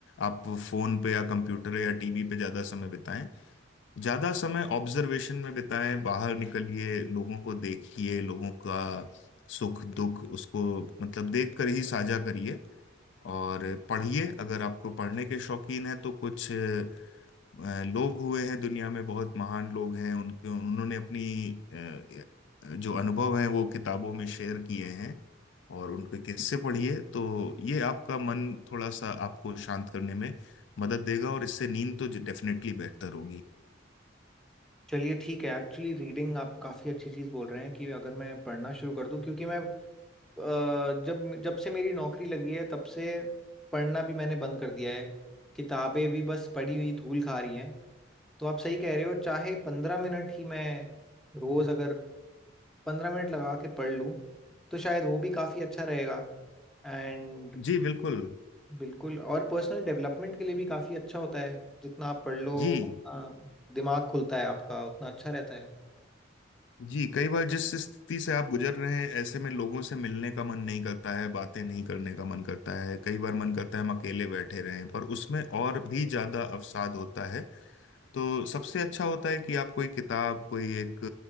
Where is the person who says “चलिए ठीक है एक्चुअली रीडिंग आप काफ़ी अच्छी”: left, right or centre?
Centre